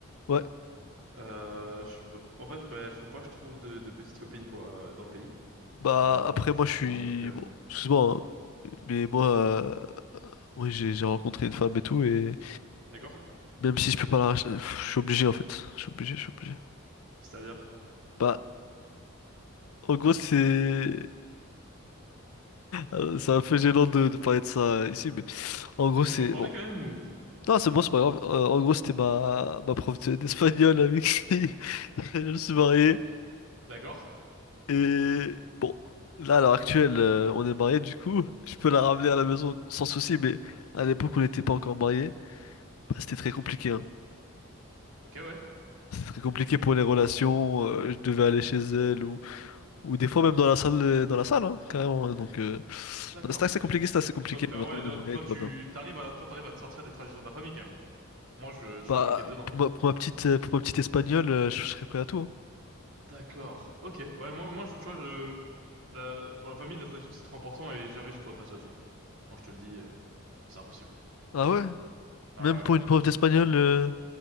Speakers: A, on the left; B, on the right.
A: Ouais.
B: Euh, je peux, en fait, bah, faut pas que je trouve de, de petites copines, quoi, euh, dans le pays.
A: Bah,
B: Euh,
A: après, moi, je suis...
B: bon, donc, euh,
A: Bon, excuse-moi, hein, mais moi, euh, oui, j'ai j'ai rencontré une femme et tout, et
B: d'accord.
A: même si je peux pas la racheter, pff, je suis obligé, en fait. Je suis obligé, je suis obligé.
B: C'est-à-dire,
A: Bah, en gros, c'est... Euh, C'est un peu gênant de, de parler de ça euh, ici, mais en gros,
B: tu
A: c'est
B: veux en parler
A: bon.
B: quand même ou?
A: Non, c'est bon, c'est pas grave. Euh, en gros, c'était ma, ma prof de- d'espagnol avec qui <laughs> je me suis marié.
B: D'accord.
A: Et bon, là, à l'heure actuelle, euh, on est mariés, du coup, je peux la ramener à la maison sans souci, mais à l'époque, on n'était pas encore mariés. Bah, c'était très compliqué, hein.
B: Ok, ouais.
A: C'était très compliqué pour les relations. euh, je devais aller chez elle ou, ou des fois même dans la salle, euh, dans la salle, hein, carrément. hein, donc, euh,
B: D'accord.
A: non, c'était assez compliqué, c'était assez compliqué,
B: Donc, t'as-
A: mais maintenant,
B: ouais,
A: on est mariés,
B: toi,
A: tout
B: tu,
A: va bien.
B: t'arrives à, toi, t'arrives à te sortir des traditions de la famille quand même. Moi, je suis
A: Bah,
B: bloqué dedans.
A: pour ma, pour ma petite, euh, pour ma petite espagnole, euh, je, je serais prêt à tout. hein.
B: D'accord. Ok. Ouais, moi, moi, je, tu vois, je, la- pour la famille, la tradition, c'est trop important et jamais je pourrais passer au-dessus. Moi, je te le dis, euh, c'est impossible.
A: Ah ouais?
B: Ah,
A: Même pour
B: ouais, ouais.
A: une
B: ouais.
A: prof d'espagnol. euh,